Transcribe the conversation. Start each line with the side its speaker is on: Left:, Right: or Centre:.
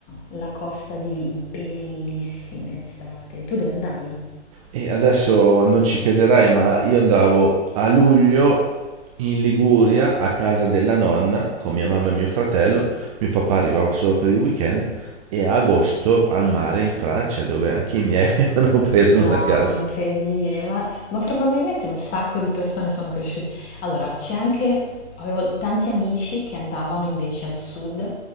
Left: la costa di lì, bellissime estate. Tu dove andavi?
Right: E adesso non ci crederai, ma io andavo a luglio in Liguria a casa della nonna con mia mamma e mio fratello, mio papà arrivava solo per il weekend e a agosto al mare in Francia dove anche i miei <laughs> avevano preso
Left: No,
Right: una casa.
Left: incredibile, ma, ma probabilmente un sacco di persone sono cresciute. Allora, c'è anche, avevo tanti amici che andavano invece al sud,